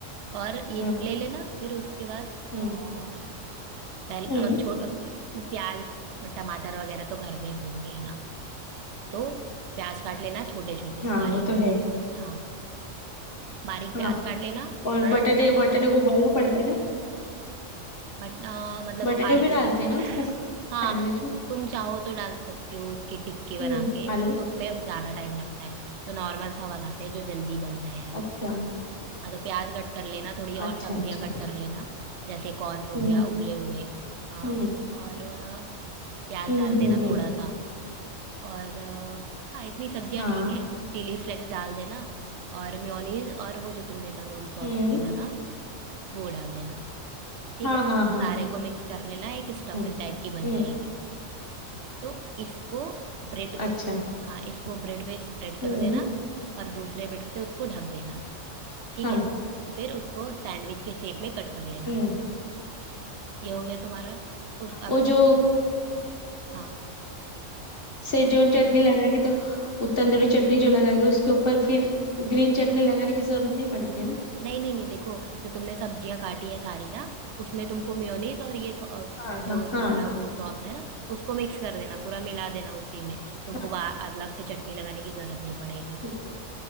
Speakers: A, on the right; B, on the left.
A: और ये
B: हाँ
A: सब ले लेना फिर उसके बाद
B: हम्म
A: आ, पहले
B: हम्म
A: और छो प्याज और टमाटर वगैरह तो घर में होंगे ही ना तो प्याज काट लेना छोटे छोटे
B: हाँ
A: बारीक
B: वो तो है
A: हाँ बारीक प्याज
B: हाँ
A: काट लेना
B: और
A: थोड़ा
B: बटाटे बटाटे को उबालना पड़ता है ना
A: बट मतलब
B: बटाटे
A: वो आलू
B: भी डालते
A: को
B: हैं ना उसमें सैंडविच
A: हाँ
B: में
A: तुम चाहो तो डाल सकती हो उसकी टिक्की बना
B: हम्म
A: के
B: आलू
A: बस उसमें अब ज्यादा टाइम लगता है तो नॉर्मल सा बनाते हैं जो जल्दी बन जाए ऐसा
B: अच्छा
A: हाँ तो प्याज कट कर लेना थोड़ी
B: अच्छा
A: और सब्जियां
B: अच्छा
A: कट
B: अच्छा
A: कर लेना जैसे कॉर्न हो
B: हम्म
A: गया उबले हुए अम,
B: हम्म
A: और अ, प्याज
B: हम्म
A: डाल
B: हम्म
A: देना
B: हम्म,
A: थोड़ा सा और अ, हाँ इतनी सब्जियां
B: हाँ
A: ठीक है चिली फ्लेक्स डाल देना और मेयोनीज और वो जो तुमने तंदूरी सॉस
B: हम्म
A: खरीदा था वो डाल देना ठीक
B: हाँ
A: है
B: हाँ हाँ
A: सारे
B: हाँ
A: को मिक्स कर लेना एक
B: हाँ,
A: स्टफिंग टाइप की बन
B: हम्म
A: जाएगी तो इसको ब्रेड
B: अच्छा
A: हाँ इसको ब्रेड पे स्प्रेड कर
B: हम्म
A: देना और दूसरे ब्रेड से उसको ढक देना ठीक
B: हाँ
A: है फिर उसको सैंडविच के शेप में कट कर लेना
B: हम्म
A: ये हो गया तुम्हारा उस अब
B: वो जो
A: हाँ
B: सेजोन चटनी लगा के तो वो तंदूरी चटनी जो लगा के उसके ऊपर फिर ग्रीन चटनी लगाने की जरूरत नहीं पड़ती है ना
A: नहीं नहीं नहीं देखो जो तुमने सब्जियां काटी हैं सारी ना उसमें तुमको मेयोनीज और ये सॉ-
B: हाँ हाँ
A: जो
B: हाँ
A: तुम्हारा वो सॉस है ना उसको मिक्स कर देना पूरा मिला देना उसी में तुमको
B: हाँ,
A: बा- अलग से चटनी लगाने की जरूरत नहीं पड़ेगी
B: ठीक है